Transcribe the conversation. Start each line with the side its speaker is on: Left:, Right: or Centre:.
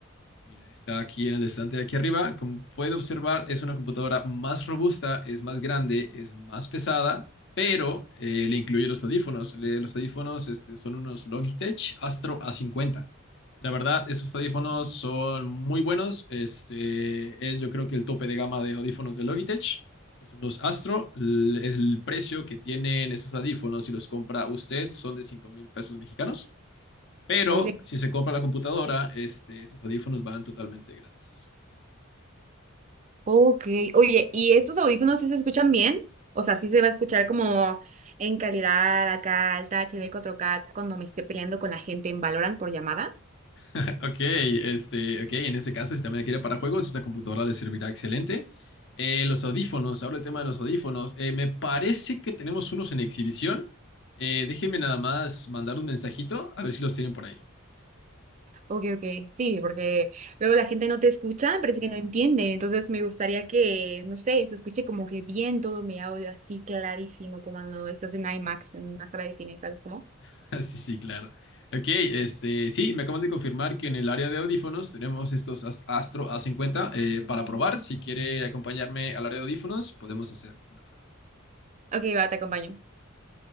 Left: Mira, está aquí en el estante de aquí arriba. Como puede observar, es una computadora más robusta, es más grande, es más pesada, pero eh, le incluye los audífonos. Le- los audífonos este, son unos Logitech Astro A50. La verdad, esos audífonos son muy buenos. Este, es yo creo que el tope de gama de audífonos de Logitech, que son los Astro. L- el precio que tienen esos audífonos, si los compra usted, son de cinco mil pesos mexicanos. Pero
Right: Ok.
Left: si se compra la computadora, este, esos audífonos van totalmente gratis.
Right: Ok. Oye, ¿y estos audífonos sí se escuchan bien? O sea, sí se va a escuchar como en calidad acá, alta HD 4K, cuando me esté peleando con la gente en Valorant por llamada.
Left: <laughs> Ok, este, ok, en ese caso, si también la quiere para juegos, esta computadora le servirá excelente. Eh, los audífonos, ahora el tema de los audífonos. Eh, me parece que tenemos unos en exhibición. Eh, déjenme nada más mandar un mensajito a ver si los tienen por ahí.
Right: Ok, ok, sí, porque luego la gente no te escucha, parece que no entiende, entonces me gustaría que, no sé, se escuche como que bien todo mi audio así clarísimo, como cuando estás en IMAX, en una sala de cine, ¿sabes cómo?
Left: <laughs> Sí, sí, claro. Ok, este, sí, me acaban de confirmar que en el área de audífonos tenemos estos As- Astro A50 eh, para probar. Si quiere acompañarme al área de audífonos, podemos hacer una prueba.
Right: Ok, va, te acompaño.